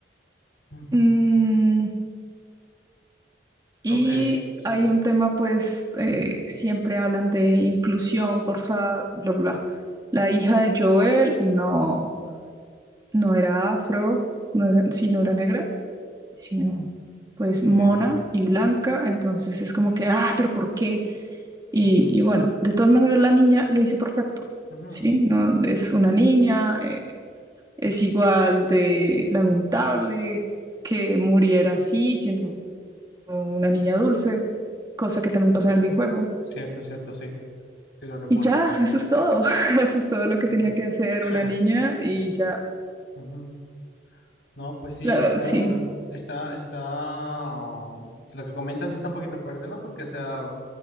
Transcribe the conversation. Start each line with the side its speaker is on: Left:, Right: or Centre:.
Left: Ujú.
Right: Mm, y
Left: Ok, sí.
Right: hay un tema, pues, eh, siempre hablan de inclusión forzada, bla, bla. La hija de Joel no, no era afro, no era, sí, no era negra, sino pues
Left: En-
Right: mona y blanca. Entonces es como que, ah, pero ¿por qué? Y,
Left: ujú,
Right: y bueno, de todas maneras la niña lo hizo perfecto,
Left: ujú.
Right: ¿sí? No, es una niña, eh, es igual de lamentable que muriera así, siendo una niña dulce, cosa que también pasa en el videojuego.
Left: Cierto, cierto, sí. Sí lo recuerdo.
Right: Y ya, eso es todo, <laughs> eso es todo lo que
Left: Ajá.
Right: tenía que hacer
Left: <laughs>
Right: una niña y ya,
Left: Ujú. No, pues sí,
Right: la,
Left: está,
Right: sí.
Left: está, está. um, Lo que comentas sí está un poquito fuerte, ¿no? Porque, o sea,